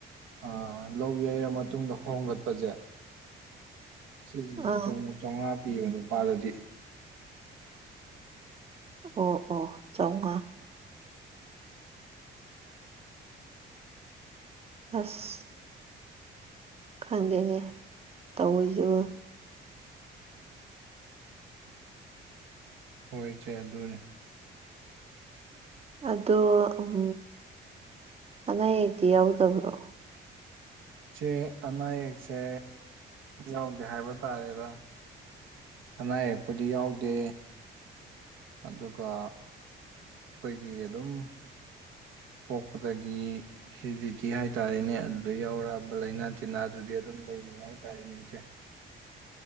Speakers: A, on the right; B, on the right.
A: ꯑꯥ ꯂꯧ ꯌꯩꯔ ꯃꯇꯨꯡꯗ ꯍꯣꯡꯒꯠꯄꯖꯦ ꯁꯤꯖꯤꯡꯖꯤꯗ
B: ꯑꯥ
A: ꯑꯃꯨꯛ ꯆꯧꯉꯥ ꯄꯤꯌꯦꯕ ꯅꯨꯄꯥꯗꯗꯤ꯫
B: ꯑꯣ ꯑꯣ ꯆꯧꯉꯥ ꯍꯁ ꯈꯪꯗꯦꯅꯦ ꯇꯧꯔꯤꯖꯤꯕꯨ
A: ꯍꯣꯏ ꯆꯦ ꯑꯗꯨꯅꯦ
B: ꯑꯗꯣ ꯎꯝ ꯑꯅꯥ ꯑꯌꯦꯛꯇꯤ ꯌꯥꯎꯗꯕ꯭ꯔꯣ?
A: ꯆꯦ ꯑꯅꯥ ꯑꯌꯦꯛꯁꯦ ꯌꯥꯎꯗꯦ ꯍꯥꯏꯕ ꯇꯥꯔꯦꯗ꯫ ꯑꯅꯥ ꯑꯌꯦꯛꯄꯨꯗꯤ ꯌꯥꯎꯗꯦ ꯑꯗꯨꯒ ꯈꯣꯏꯒꯤ ꯑꯗꯨꯝ ꯄꯣꯛꯄꯗꯒꯤ ꯍꯦꯔꯤꯗꯤꯇꯤ ꯍꯥꯏꯇꯥꯥꯔꯦꯅꯦ ꯑꯗꯨꯗ ꯌꯥꯎꯔꯛꯑꯕ ꯂꯩꯅꯥ ꯇꯤꯟꯅꯥꯗꯨꯗꯤ ꯑꯗꯨꯝ ꯂꯩꯅꯩ ꯍꯥꯏꯇꯥꯔꯦꯅꯦ ꯏꯆꯦ꯫